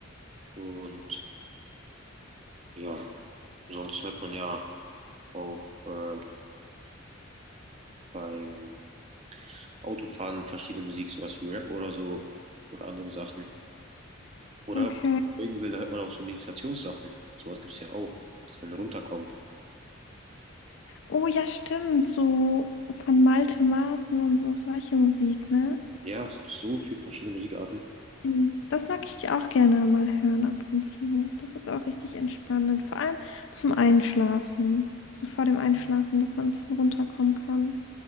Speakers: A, on the right; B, on the left.
A: und ja, sonst hört man ja auch. äh, beim Autofahren verschiedene Musik, sowas wie Rap oder so oder andere Sachen. Oder
B: Okay.
A: wenn man folgen will, da hört man auch so Meditationssachen. Sowas gibt's ja auch, dass man runterkommt.
B: Oh ja, stimmt. So von Malte Marten und so solche Musik, ne?
A: Ja, es gibt so viele verschiedene Musikarten.
B: Mhm. Das mag ich auch gerne mal hören ab und zu. Das ist auch richtig entspannend. Vor allem zum Einschlafen. So vor dem Einschlafen, dass man ein bisschen runterkommen kann.